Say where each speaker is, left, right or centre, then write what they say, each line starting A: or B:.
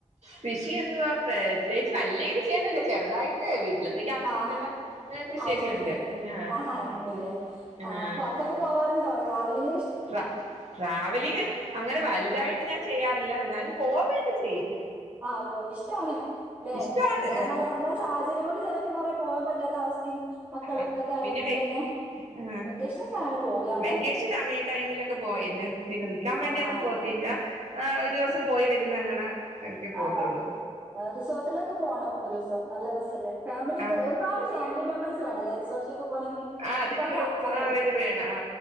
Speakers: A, on the right (about 65°); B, on the right (about 20°).
A: കൃഷി എന്തുവാ പ്രത്യേകിച്ച് വല്യ കൃഷിയൊന്നുമില്ല ചെറുതായിട്ട് വീട്ടിലത്തേക്ക് ആവശ്യത്തേക്കുള്ള
B: ആ
A: ഏഹ് കൃഷിയൊക്കെ
B: ആവശ്യത്തിനൊക്കെ
A: ഉണ്ട് ആഹ്
B: ആഹാ ഉണ്ടല്ലേ
A: ഉം ആഹ്
B: ആ പുറത്തൊക്കെ പോവാറുണ്ടോ ട്രാവലിങ്ങ്
A: ട്രാ ട്രാവലിങ്ങ് അങ്ങനെ വലുതായിട്ട് ഞാൻ ചെയ്യാ അല്ല എന്നാലും പോവയൊക്കെ ചെയ്യും
B: ആ അത്‌ തന്നെ ഇഷ്ടാണ് അല്ലെ
A: ഇഷ്ടമാണ്
B: പിന്നെ നമ്മള് നമ്മടെ സാഹചര്യം കൊണ്ട് ചില പോകാൻ പറ്റാത്ത അവസ്ഥയും മക്കളും
A: ആ
B: ഇതൊക്കെ ആയതുകൊണ്ട്
A: പിന്നെ വെക്കേ
B: തന്നെ
A: ആ
B: വെക്കേഷനൊക്കെ ആണ് പോവൂലേ നമ്മള്
A: വെക്കേഷൻ ടൈമിലൊക്കെ പോയിരുന്നു പിന്നെ നിക്കാൻ വേണ്ടിയൊന്നും
B: ആ അതെ
A: പോത്തില്ല ആ ഒരു ദിവസം പോയി വരുന്ന അങ്ങനെ ഒക്കെ പോത്തുള്ളൂ
B: ആ റിസോർട്ടിലൊക്കെ പോണം ഒരു ദിവസം നല്ല രസല്ലേ ഫാമിലി
A: ആഹ്
B: ഒരുപാട് ഫാമിലി മെമ്പേഴ്സ് <unintelligible> റിസോർട്ടിലൊക്കെ പോകണമെങ്കിൽ
A: ആ അതിനും
B: ഒരുപാട്
A: ഒരുപാട്
B: ആൾക്കാർ
A: വേണം ആ